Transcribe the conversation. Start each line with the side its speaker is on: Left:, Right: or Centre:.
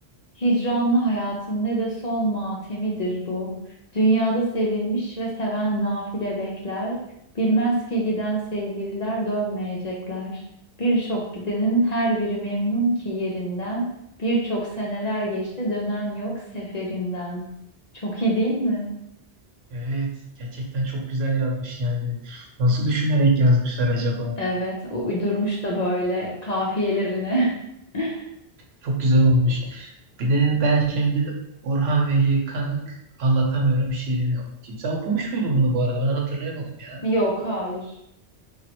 Left: Hicranlı hayatın ne de son matemidir bu. Dünyada sevilmiş ve seven nafile bekler. Bilmez ki giden sevgililer dönmeyecekler. Birçok gidenin her biri memnun ki yerinden. Birçok seneler geçti dönen yok seferinden. Çok iyi değil mi?
Right: evet gerçekten çok güzel yazmış yani. Nasıl düşünerek yazmışlar acaba?
Left: Evet, o uydurmuş da böyle kafiyelerine. <laughs>
Right: Çok güzel olmuş. Bir de ben şimdi Orhan Veli Kanık anlatamıyorum şiirini okuyayım. Sen okumuş muydun bunu bu arada? Ben hatırlayamadım ya.
Left: Yok, hayır.